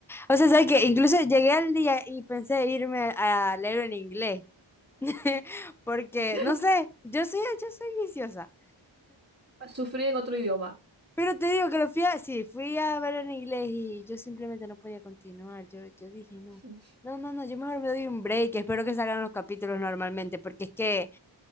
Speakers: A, in the centre; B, on the right.
A: O sea, ¿sabes que Incluso llegué al día y pensé irme a leer en inglés. <laughs> Porque,
B: <laughs>
A: no sé, yo soy, yo soy viciosa.
B: Va sufrir en otro idioma.
A: Pero te digo que lo fui a, sí, fui a ver en inglés y yo simplemente no podía continuar. Yo, yo dije, no,
B: <laughs>
A: no, no, no, yo mejor me doy un break. Espero que salgan los capítulos normalmente, porque es que